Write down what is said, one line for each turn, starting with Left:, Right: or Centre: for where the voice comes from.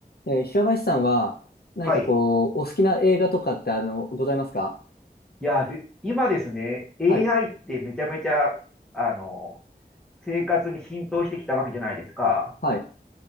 Left: えー平林さんは、何かこう、
Centre: はい。い
Left: お好きな映画とかって、あの、ございますか
Centre: や、で今ですね、AI
Left: はい。
Centre: ってめちゃめちゃ、あの、生活に浸透してきたわけじゃないですか。
Left: はい。